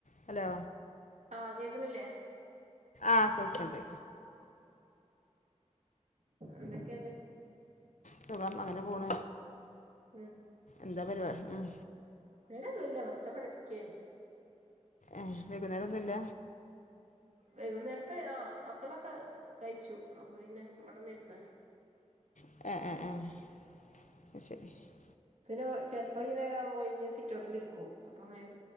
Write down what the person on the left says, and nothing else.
Hello
ആഹ് കേൾക്ക്ണ്ട്
സുഖം അങ്ങനെ പോണ്
എന്താ പരിപാടി മ്മ്
ഏഹ് വൈകുന്നേരം ഒന്നുല്ല
ആഹ് ആഹ് ആരി